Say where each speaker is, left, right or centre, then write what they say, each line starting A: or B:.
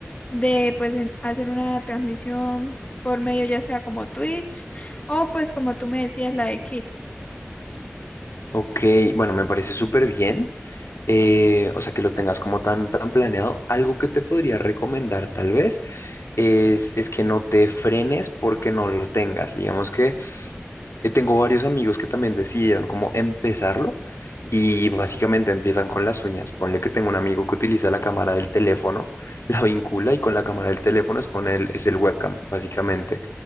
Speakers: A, on the left; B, on the left.
A: de pues, en- hacer una transmisión por medio ya sea como Twitch o pues como tú me decías, la de Kit.
B: Ok, bueno, me parece súper bien. eh, o sea, que lo tengas como tan, tan planeado. Algo que te podría recomendar tal vez es, es que no te frenes porque no lo tengas. Digamos que eh, tengo varios amigos que también decidieron como empezarlo y básicamente empiezan con las uñas. Ponle que tengo un amigo que utiliza la cámara del teléfono, <laughs> la vincula y con la cámara del teléfono es con el, es el webcam, básicamente.